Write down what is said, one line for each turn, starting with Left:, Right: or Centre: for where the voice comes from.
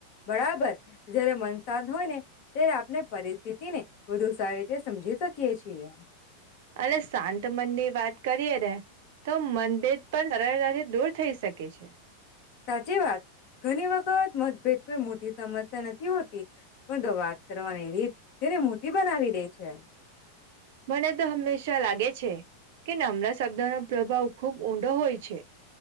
Left: બરાબર જયારે મન શાંત હોયને ત્યારે આપણે પરિસ્થિતિ ને વધુ સારી રીતે સમજી શકીએ કિએ છીએ.
Right: અને શાંતમનની વાત કરીએને તો મનભેદ પણ સરળતાથી દૂર થઈ શકે છે.
Left: સાચી વાત ઘણી વખત મતભેદ કોઈ મોટી સમસ્યા નથી હોતી પરંતુ વાત કરવાની રીત તેને મોટી બનાવી દે છે.
Right: મને તો હંમેશા લાગે છે કે નામણાં શબ્દનો પ્રભાવ ખૂબ ઊંડો હોય છે.